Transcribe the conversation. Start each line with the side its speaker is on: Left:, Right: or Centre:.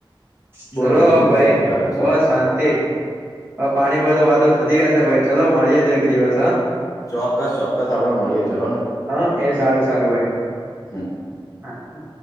Right: ચલો
Left: બોલો બીજું
Right: હ ભાઈ
Left: કહો શું ચાલે
Right: બસ શાંતિ હ પાણી પર તો વાતો થતી જશે ભાઈ ચલો મળી તો એક દિવસ હ
Left: ચોક્કસ ચોક્કસ આપડે મળીએે ચલો ને
Right: હા એ સારું સારું ભાઈ
Left: હમ
Right: હા હ